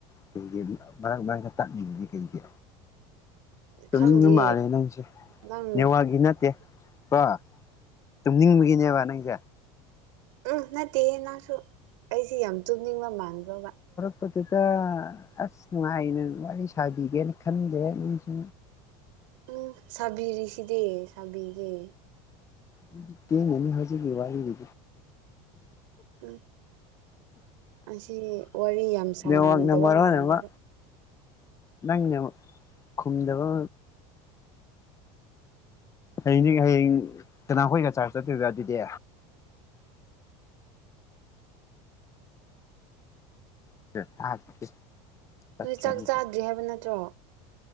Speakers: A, on the left; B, on the right.
A: ꯀꯩꯒꯤ ꯃꯔꯛ ꯃꯔꯛ ꯇꯥ ꯇꯥꯠꯂꯤꯗꯨꯗꯤ ꯀꯩꯒꯤ ꯇꯨꯝꯅꯤꯡꯕ
B: ꯈꯪꯗꯦ
A: ꯃꯥꯜꯂꯦ ꯅꯪꯁꯦ
B: ꯅꯪ
A: ꯅꯦꯋꯥꯛꯒꯤ ꯅꯠꯇꯦ ꯀꯣ ꯇꯨꯝꯅꯤꯡꯕꯒꯤꯅꯦꯕ ꯅꯪꯁꯦ
B: ꯎꯝ ꯅꯠꯇꯦꯍꯦ ꯅꯪꯁꯨ ꯑꯩꯁꯤ ꯌꯥꯝ ꯇꯨꯝꯅꯤꯡꯕ ꯃꯈ꯭ꯕꯔꯣꯕ
A: ꯗꯨꯗ ꯑꯁ ꯅꯨꯡꯉꯥꯏꯅ ꯋꯥꯔꯤ ꯁꯥꯕꯤꯒꯦꯅ ꯈꯟꯗꯦ ꯅꯪꯁꯨ
B: ꯎꯝ ꯁꯥꯕꯤꯔꯤꯁꯤꯗꯤ ꯁꯥꯕꯤꯒꯦ
A: <unintelligible> ꯍꯧꯖꯤꯒ ꯋꯥꯔꯤ <unintelligible>
B: ꯎꯝ ꯑꯁꯤ ꯋꯥꯔꯤ ꯌꯥꯝ ꯁꯥꯟꯅꯅꯤꯡꯗꯕ
A: ꯅꯦꯠꯋꯥꯛꯅ ꯃꯔꯣꯟ
B: ꯃꯥꯟꯕꯔ꯭ꯕ
A: ꯑꯃ ꯅꯪꯅ ꯈꯨꯝꯗꯕ ꯍꯌꯦꯡꯗꯒꯤ ꯍꯌꯦꯡ ꯀꯅꯥꯈꯣꯏꯒ ꯆꯥꯔꯖ ꯆꯠꯇꯣꯏꯕ ꯑꯗꯨꯗꯤ <inaudible>
B: ꯅꯣꯏ ꯆꯥꯛ
A: ꯑꯃꯨꯛꯀ
B: ꯆꯥꯗ꯭ꯔꯤ ꯍꯥꯏꯕ ꯅꯠꯇ꯭ꯔꯣ